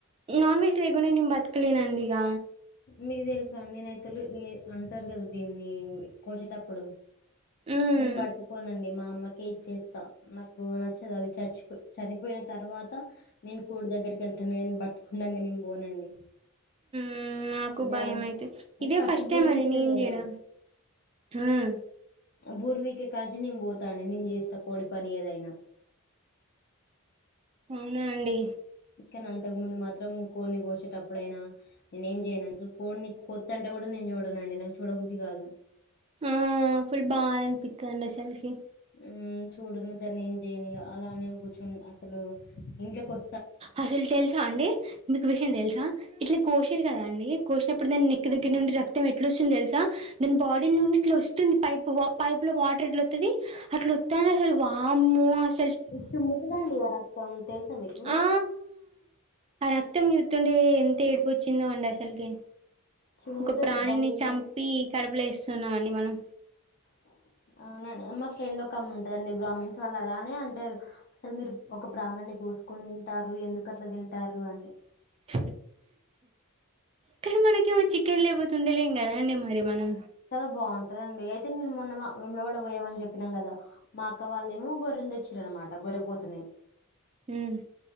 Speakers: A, on the right (about 25°); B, on the left (about 45°).
A: నాన్ వెజ్ లేకుండా నేను బతకలేనండి ఇగ
B: మీకు తెలుసాండి నైతులు అంటారు కదా దీన్ని కోసేటప్పుడు
A: మ్మ్
B: నేను పట్టుకోనండి మా అమ్మకే ఇచ్చేస్తా నాకు న చ్చదు అది చచ్చిపో చపోయిన తర్వాత నేను కోడి దగ్గరికేళ్తాను గని బట్టుకున్నాంక నేను పోనండి
A: ఉమ్మ్ నాకు
B: ఇగ
A: భయమైతే
B: అంటే
A: ఇదే ఫస్ట్ టైమ్
B: బూరు
A: అండి
B: పీకుతారు
A: నేను
B: కదా!
A: చేయడం ఉమ్మ్
B: బూర్వీకే కాంచే నేను పోతాడి నేను చేస్తా కోడి పని ఏదైనా <inaudible>
A: అవునా అండి
B: కానీ అంతకు ముందు మాత్రం కోడిని కోసేటప్పుడుైనా నేను ఏం చేయను అసలు కోడిని కొత్తంటే కూడా నే చూడనండి నాకు చూడబుద్ధి కాదు
A: ఆ ఫుల్ బాధనిపిత్తాదండి అసలుకి
B: ఉమ్మ్ చూడును దన్ని ఏం చేయను ఇగ అలానే కూర్చుం అసలు ఇంట్లోకి వ
A: అసలు తెలుసాండి మీకు విషయం తెలుసా ఇట్లా కోశిరు కదా అండి కోశి నప్పుడు దాని నెక్ దగ్గర నుండి రక్తం ఎట్ల వస్తుంది తెలుసా దాని బాడీ నుండి ఇట్లా వస్తుంది పై పైప్లో వాటర్ ఎట్లవత్తాది అట్ల వత్తాంది అసలు వామ్మో అస
B: చిముతదండి ఆ రక్తం తెలుసా మీకు
A: ఆ ఆ రక్తం చూతుంటే ఎంత ఏడుపు వచ్చిందో అండి అసలుకి
B: చిమ్ముతుంది
A: ఒక ప్రాణిని
B: భలే
A: చంపి కడుపులో ఏస్తున్నాం అండి మనం
B: <inaudible> అవునండి మా ఫ్రెండ్ ఒక అమే ఉంటదండి బ్రాహ్మన్స్ వాళ్ళు అలానే అంటరు అసలు మీరు ఒక ప్రాణాని కోసుకొని తింటారు ఎందుకట్లా తింటారు అని
A: <inaudible> కానీ మనక ఏమో చికెన్ లేపోతుండేలేం కదండి మరి మనం
B: చాలా బాగుంటదండి అయితే నేను మొన్న వేములవాడ పోయామని చెప్పినం కదా మా అక్క వాళ్ళేమో గొర్రె తెచ్చిరనమాట గొర్రెపోతుని
A: ఉమ్